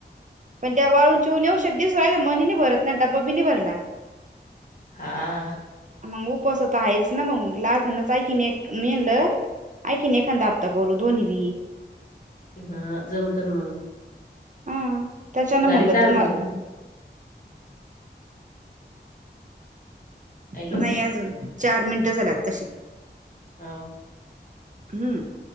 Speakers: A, on the right; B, on the left.
A: पण त्या वाळून चिळून येवश् एवढ्याशा दिसु राहिल्या मन ही नाही भरत ना, डबा बी नही भरला.
B: हा,
A: मगं उपास तर आहेच ना मगं लागनच हाये की मी एक म्हणलं आयखिन एखानंदा हप्ता करू दोन्ही बी.
B: हा जमतंन मंग.
A: हा त्याच्यानं म्हणलं
B: की दहा
A: तुम्हाला
B: मिनिटं हॅलो
A: नाही अजून चार मिनटं झाले आत्ताशी.
B: हा,
A: हम्म,